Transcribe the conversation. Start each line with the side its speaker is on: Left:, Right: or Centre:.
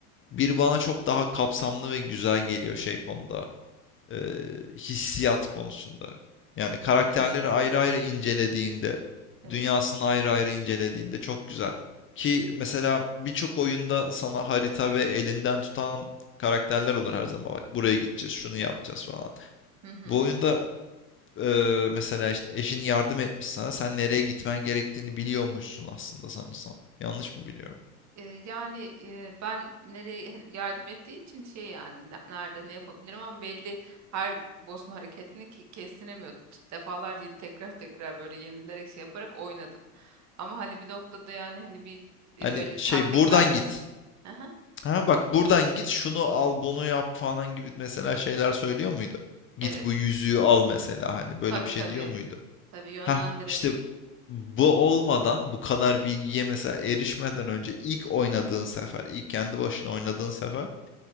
Left: bir bana çok daha kapsamlı ve güzel geliyor şey konuda. e, hissiyat konusunda. Yani karakterleri
Right: Ha, evet.
Left: ayrı ayrı incelediğinde,
Right: Evet.
Left: dünyasını ayrı ayrı incelediğinde çok güzel. Ki mesela birçok oyunda sana harita ve elinden tutan karakterler olur her zaman. Bak buraya gideceğiz, şunu yapacağız falan.
Right: Hı hı.
Left: Bu oyunda e, mesela işte eşin yardım etmiş sana. Sen nereye gitmen gerektiğini biliyormuşsun aslında sanırsam. Yanlış mı biliyorum?
Right: E, yani e, ben nereye <laughs> yani yardım ettiği için şey yani ne- nerede ne yapabilirim ama belli her boss'un hareketini ki kestiremiyordum. Defalarca yine tekrar <laughs> tekrar böyle yenilerek şey yaparak oynadım. Ama hani bir noktada yani hani bir e,
Left: Hani
Right: böyle
Left: şey
Right: taktik
Left: buradan
Right: vermesi.
Left: git.
Right: Aha,
Left: Ha bak buradan git şunu al bunu yap falan gibi mesela şeyler söylüyor muydu? Git
Right: evet.
Left: bu yüzüğü al mesela hani böyle
Right: Tabii
Left: bir şey
Right: tabii.
Left: diyor muydu?
Right: Tabii yönlendirerek.
Left: Ha işte bu olmadan bu kadar bilgiye mesela erişmeden önce ilk oynadığın sefer ilk kendi başına oynadığın sefer